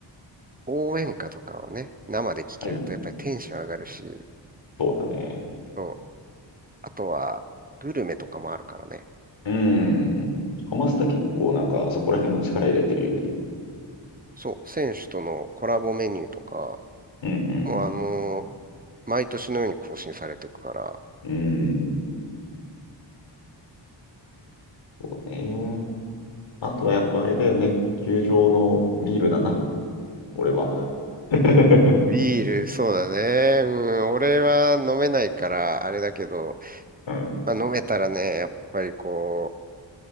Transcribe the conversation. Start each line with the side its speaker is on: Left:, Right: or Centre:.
Right: 応援歌とかをね、生で聞けるとやっぱりテンション上がるし、
Left: はい。そうだね。
Right: そうあとは、グルメとかもあるからね。
Left: うん。ハマスタ結構なんかそこら辺も力入れてるよね。
Right: そう、選手とのコラボメニューとか、
Left: うん
Right: もうあのー毎年のように更新されていくから、
Left: うん。うん。そうね。あとはやっぱあれだよね。球場のビールだな。俺は。<laughs>
Right: ビール、そうだね。うん、俺は飲めないから、あれだけど、
Left: うん。
Right: まあ、飲めたらね、やっぱりこ